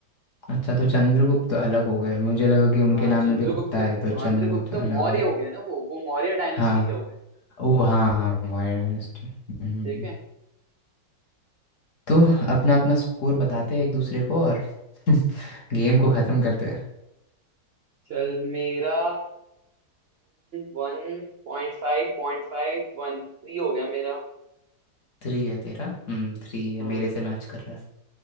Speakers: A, on the left; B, on the right.
A: अच्छा तो चंद्रगुप्त अलग हो गए मुझे लगा कि उनके
B: हाँ
A: नाम
B: चंद्रगुप्त
A: में भी गुप्ता है तो
B: चंद्रगुप्त
A: चंद्रगुप्त अलग
B: मौर्य
A: हो
B: हो गया ना वो वो मौर्य डायनेस्टी
A: हाँ
B: के हो गए
A: ओ हाँ हाँ मौर्य डायनेस्टी हम्म
B: ठीक है
A: तो अपना अपना स्कोर बताते हैं एक दूसरे को और <laughs> गेम को ख़त्म करते हैं
B: चल मेरा वन पॉइंट फाइव पॉइंट फाइव वन थ्री हो गया मेरा
A: थ्री है तेरा हम्म थ्री है
B: हाँ
A: मेरे से मैच कर रहा है